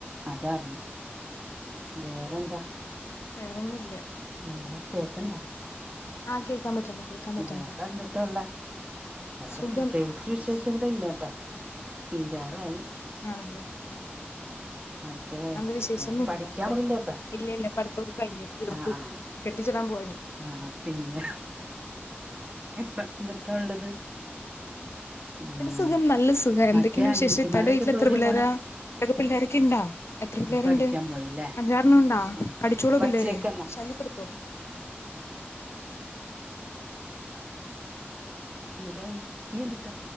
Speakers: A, on the right; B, on the left.
A: അതാർന്ന് വേറെന്താ?
B: വേറൊന്നുല്ല്യ
A: വേറെ കേക്ണ്ടാ
B: ആഹ് കേക്കാൻ പറ്റണ്ട് കേക്കാൻ പറ്റണ്ട്
A: വേറെ എന്തുട്ടുള്ള വേറെ
B: സുഖം
A: പ്രത്യേകിച്ച് വിശേഷം ഇടെ ഇല്ലട്ടാ. തീരറായി
B: ആണല്ലേ ആഹ്
A: മറ്റേ
B: അന്ത വിശേഷൊന്നും
A: നീ പഠിക്കാൻ
B: ഇല്ലാത്തെ
A: <unintelligible>
B: ഇല്ല ഇല്ല പഠിത്തൊക്കെ കഴിഞ്ഞ് തീർത്ത്
A: ആഹ് ആഹ്
B: കെട്ടിച്ചിടാൻ പോയന്
A: ആഹ് അഹ് പിന്നെ പന്തിട്ടാ ഉള്ളത്? ആഹ്
B: പിന്നെ സുഖം നല്ല സുഖം എന്തൊക്കെണ്ട്
A: മറ്റേ
B: വിശേഷം?
A: അനിയത്തിമാരൊക്കെ
B: ഇത്തന്റെ വീട്ടില്
A: ഇപ്പൊ
B: എത്ര
A: എവിടെയാ
B: പിള്ളേരാ?
A: പോണെ
B: ത്തക്ക്‌ പിള്ളേരൊക്കെ ഇണ്ടാ? എത്ര പിള്ളേര്ണ്ട്?
A: അത് പഠിക്കാൻ പോയല്ലേ
B: അഞ്ചാർണ്ണം ണ്ടോ?
A: ആഹ്
B: പഠിച്ചോളോ
A: വച്ചേക്കന്നെ
B: പിള്ളേര്? ശല്യപ്പെടുത്തോ?
A: എന്തുട്ടാനി നിയെന്തുട്ടാ